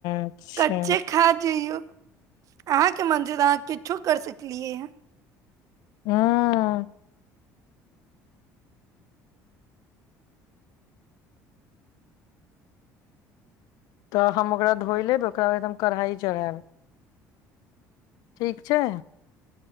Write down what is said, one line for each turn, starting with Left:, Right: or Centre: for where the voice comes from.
Left: अच्छा
Right: कच्चे खा जइौ आ के मनज त किछो कर सकलिऐ
Left: हँ तऽ हम ओकरा धोइ लेब ओकरा बाद हम कढ़ाइ चढ़ायब ठीक छै